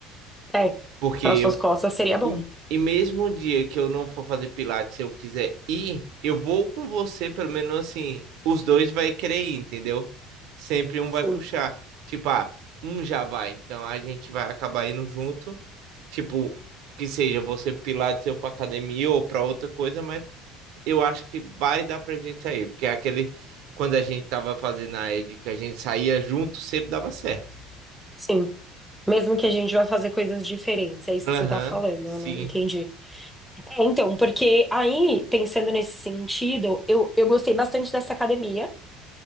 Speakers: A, in the centre; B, on the right.
A: É,
B: Porque
A: para
B: eu
A: suas costas seria bom.
B: E, e mesmo o dia que eu não for fazer pilates, se eu quiser ir, eu vou com você, pelo menos assim, os dois vai querer ir, entendeu? Sempre um
A: Sim,
B: vai puxar. Tipo, ah, um já vai, então a gente vai acabar indo junto. Tipo, que seja você pro pilates, eu pra academia ou pra outra coisa, mas eu acho que vai dar pra gente sair, porque é aquele quando a gente tava fazendo a ED, que a gente saía junto, sempre dava certo.
A: sim. Mesmo que a gente vá fazer coisas diferentes, é isso
B: Aham,
A: que você tá falando,
B: sim.
A: eu não entendi. É, então, porque aí, pensando nesse sentido, eu, eu gostei bastante dessa academia,